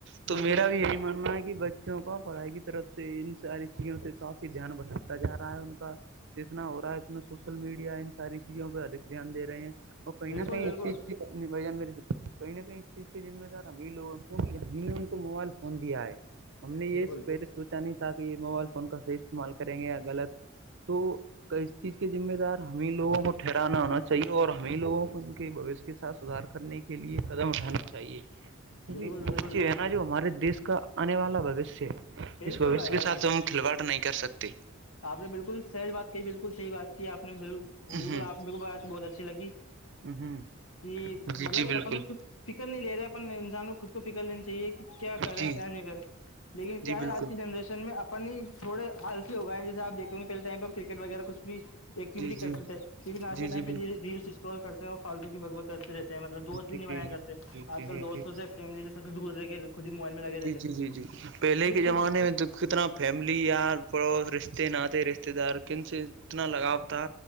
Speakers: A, on the right; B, on the left.
A: تو
B: بالکل
A: میرا بھی یہی ماننا ہے کہ بچوں کا پڑھائی کی طرف سے ان ساری چیزوں سے کافی دھیان بٹھا ہوتا جا رہا ہے ان کا جتنا ہو رہا ہے اتنا سوشل میڈیا ان ساری چیزوں پہ ادک دھیان دے رہے ہیں اور کہیں
B: بالکل
A: نہ کہیں
B: بالکل
A: اس چیزن مے کہیں نہ کہیں اس چیز کے ذمہ دار ایں لوگوں کیوں ہم نے ان کو موبائل فون دیا ہے ہم نے یہ
B: بالکل
A: س پل سے سوچا نہیں تھا کہ یہ موبائل فون کا صح استعمال کریں گے یا غط تو ک اس چیز کے ذمے دار ہمیں لووں کو ٹھہرانا ہونا چاہیے اور ہمیں لووں کو ان کے بوش کے ساتھ سدار کرنے کے لیے قدم اٹھانا چاہیے کیونکہ
B: بالکل بالکل
A: ہے نا جو ہمارے دیش کا آنے والا بوشیہ ہے
B: بالکل
A: اس بوشیہ
B: بھائی جان
A: کے ساتھ
B: بالکل
A: ہم کھلواڑ نہیں کر سکتے
B: آپ نے بالکل سحج بات کی بالکل صحی بات کی آپ نے بالل بالکل
A: ہوں
B: آپ میرے کو ب تو بہت اچھی لگی
A: ہوں
B: کہ
A: جی
B: مطلب
A: جی بالکل
B: اپن میں کچھ فکر نہیں لے رہے اپن انسان کو خود کو فکر لینی چاہیے کہ کیا کریں
A: جی
B: کیا نہیں کریں لیکن کیا
A: جی
B: ہے
A: بالکل
B: آج کی جنریشن میں اپن ہی تھوڑےال ہوگا جیس آپیکھ گ پہل ٹائم پر کرکٹ وغیرہ کھ بھی ایکٹیویٹی
A: جی
B: کرتے
A: جی
B: تھے ٹی آج
A: جی
B: کے ٹائم
A: جی
B: پہ
A: بالکل
B: ریل اسسٹال کرتے ہیں اور فالتو کی بگ بت کرتے رہتے مطلب دوست بھی
A: جی
B: نہیں
A: جی
B: بنایا
A: جی
B: کرتے
A: جی
B: آج کل
A: جی
B: دوستوں
A: جی
B: سے فیملی سے سب دور رہے کے خود ہی موبائل میں لگے
A: جی
B: رہتے ہیں
A: جی جی جی پہلے
B: یہ
A: کے
B: خود
A: زمانے میں تو کتنا فیملی یار پڑوس رشتے نے رشتے دار کن سے اتنا لگاؤ تھا